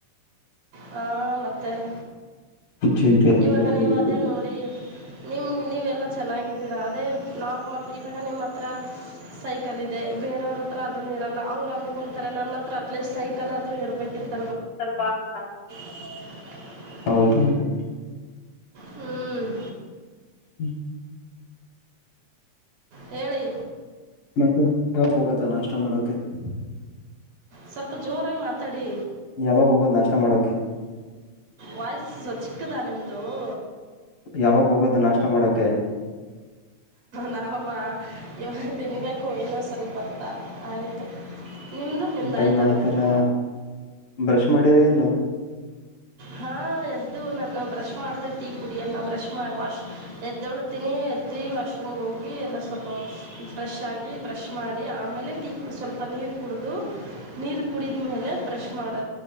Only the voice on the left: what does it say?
ಚಿಂತೆ ಅನ್ನೋದು
ಎಲ್ರಿಗೂ
ಇದ್ದಿದ್ದೆ
ಲ್ ಬಂತ <unintelligible>
<inaudible>
ಹ್ಮ <unintelligible>
ಮತ್ತೆ ಹಾವ ಹೋಗದ ನಾಷ್ಟ ಮಾಡಕ <unintelligible>
ಯಾವಾಗ ಹೋಗೋದ್ ನಾಷ್ಟ ಮಾಡೋಕೆ
ಯಾವಾಗ ಹೋಗೋದು ನಾಷ್ಟ ಮಾಡಕ್ಕೆ.
ಟೈಮ್
ಆಯ್ತಲ್ಲ
ಬ್ರಷ್ ಮಾಡಿರ ಇಲ್ಲ